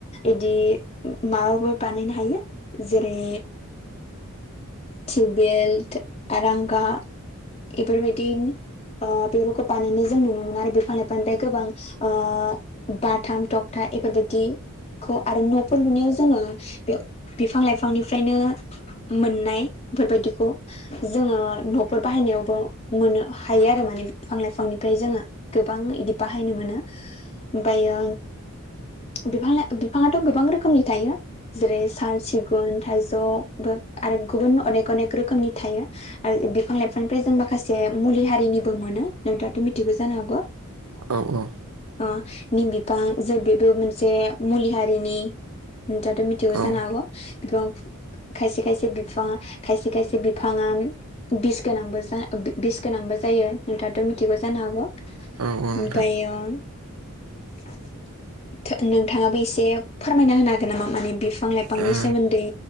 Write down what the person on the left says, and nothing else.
इदि माबाबो बानायनो हायो जेरै टिउ बेल्ट आरांगा। इफोरबायदि ओ बेफोरखौ बानायनाय जों नुनो मोनो आरो बिफां लाइफांनिफ्राय गोबां ओ बाथाम थगथा इफोरबायदि खौ आरो न'फोर लुनायाव जोङो बे बिफां लाइफांनिफ्रायनो मोननाय फोरबायदिखौ जोङो न'फोर बाहायनायावबो मोननो हायो आरो माने बिफां लाइफांनिफ्राय जोङो गोबां इदि बाहायनो मोनो। ओमफायो बिफां बिफाङाथ' गोबां रोखोमनि थायो। जेरै साल सिगुन थाइजौबो आरो गुबुन अनेक अनेक रोखोमनि थायो आरो बिफां लाइफांनिफ्राय जों माखासे मुलि हारिनिबो मोनो नोंथाङाथ' मिथिगौ जानो हागौ
अ निम बिफां जे बेबो मोनसे मुलि हारिनि नोंथाङाथ' मिथिगौ
जानो हागौ <unintelligible> खायसे खायसे बिफाङा खायसे खायसे बिफाङा बिस गोनांबो जा बिस गोनांबो जायो नोंथाङाथ' मिथिगौ जानो हागौ
ओमफायो <unintelligible> थो नोंथाङाबो एसे फोरमायना होनो हागोन नामा माने बिफां लाइफांनि
सोमोन्दै?